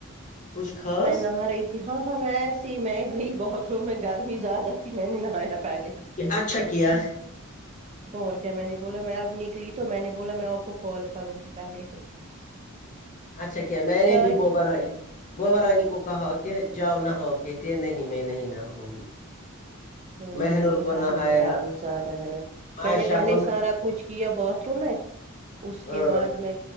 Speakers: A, on the left; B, on the right.
A: کچھ خاص
B: میں نہا رہی ہاں ہاں میں ایسی میں گئی بہت روم میں گرمی زیادہ تھی میں نے نہایا پہلے
A: کہ اچھا کیا
B: اور کیا میں نے بولا میں اب نکلی تو میں نے بولا میں آپ کو کال کروں گی پہلے تو
A: اچھا کیا میں نے
B: چائے
A: بھی بو برای بوبا رانی کو کہا کہ جاؤ نہاؤ کہتی کہ نہیں میں نہیں نہاؤں گی
B: ہاں نہیں
A: مہنور
B: بولو
A: کو
B: گرمی
A: نہایا
B: ہے گرمی زیادہ ہے نا
A: معائشہ
B: میں نے پہلے
A: کو
B: ہی
A: نہ-
B: سارا کچھ کیا باتھ روم میں اس
A: ہاں
B: کے بعد میں